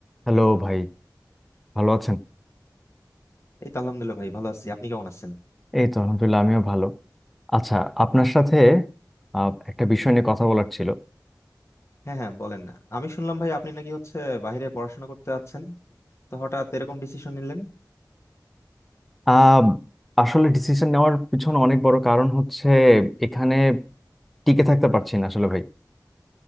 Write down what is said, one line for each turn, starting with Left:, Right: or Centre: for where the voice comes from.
Centre: Hello ভাই ভালো আছেন
Left: এই তো আলহামদুলিল্লাহ ভাই ভালো আছি আপনি কেমন আছেন
Centre: এই তো আলহামদুলিল্লাহ আমিও ভালো আচ্ছা আপনার সাথে আহ, একটা বিষয় নিয়ে কথা বলার ছিল
Left: হ্যাঁ হ্যাঁ বলেন না আমি শুনলাম ভাই আপনি নাকি হচ্ছে বাইরে পড়াশোনা করতে যাচ্ছেন তো হঠাৎ এরকম ডিসিশন নিলেন
Centre: আহ, আসলে ডিসিশন নেওয়ার পিছনে অনেক বড় কারণ হচ্ছে এখানে টিকে থাকতে পারছি না আসলে ভাই